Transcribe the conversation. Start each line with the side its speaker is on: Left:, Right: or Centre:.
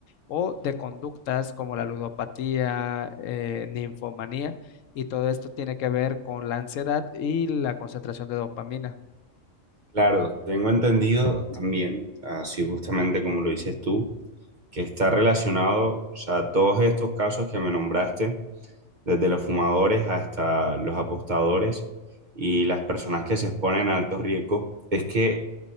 Left: o de conductas como la ludopatía, eh, ninfomanía, y todo esto tiene que ver con la ansiedad y la concentración de dopamina.
Right: Claro, tengo entendido también, así justamente como lo dices tú, que está relacionado, o sea, todos estos casos que me nombraste, desde los fumadores hasta los apostadores y las personas que se exponen a altos riesgos, es que